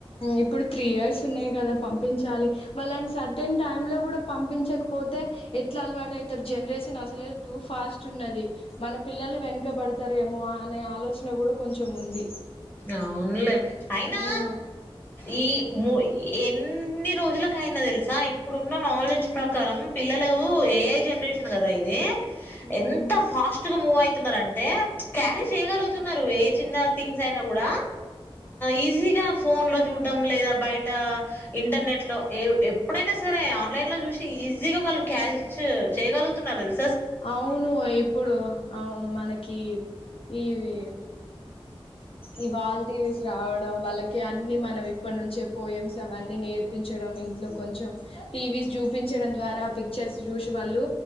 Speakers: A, on the left (about 65°); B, on the left (about 20°).
A: ఇప్పుడు త్రీ ఇయర్స్ ఉన్నాయి కదా పంపి పపించాలి వాళ్ళ సర్టెన్ టైమ్ లో కూడా పంపించకపోతే ఎట్లా అలవాటు అవుతారు జనరేషన్ అసలే టూ ఫాస్ట్ ఉన్నది మన పిల్లలు వెనకబడతారేమో అనే ఆలోచన కూడా కొంచెం ఉంది
B: అవునులే అయినా
A: హ్మ్
B: ఈ ఎన్ని రోజులకయినా తెలుసా ఇప్పుడున్న నాలెడ్జ్ ప్రకారం పిల్లలు ఏఐ జనరేషన్ కదా ఇది
A: హ్మ్
B: ఎంత ఫాస్ట్ గా మూవ్ అయితున్న అంటే క్యారీ చేయగలుగు ఏ చిన్న థింగ్ కూడా ఈజీగా ఫోన్ లో చూడ్డం లేదా బయట ఇంటర్నెట్లో ఏ అప్పుడేనా సరే న్లైన్ లో చూసి ఈజీగా మళ్న క్యాష్ చేయగలుగుతున్నారు తెలు
A: అవును ఇప్పుడు అ మనకి ఈ ఏ ఇవాల్ టీవీస్ రావడం వాళ్ళకి అన్ని మనం ఇప్పటి నుంచే పోయమ్స్ అవన్నీ నేర్పించడం ఇంట్లో కొంచెం టీవీస్ జూ చపించడం ద్వారా పిక్చర్స్ చూసి వాళ్ళు